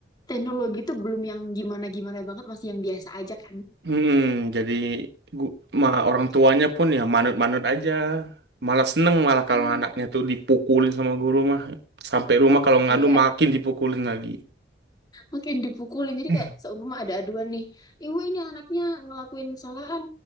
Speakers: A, on the left (about 20°); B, on the right (about 60°).
A: teknologi itu belum yang gimana-gimana banget, masih yang biasa aja kan.
B: Mm-mm, jadi gu- ma-
A: Oh,
B: orang
A: itu
B: tuanya pun ya manut-manut aja malah seneng malah
A: Mm.
B: kalau anaknya tuh dipukulin sama guru mah sampai rumah kalau ngadu
A: Jadi kayak
B: makin dipukulin lagi
A: makin dipukulin, jadi
B: <laughs>
A: kayak seumpama ada aduan nih, ibu ini anaknya ngelakuin kesalahan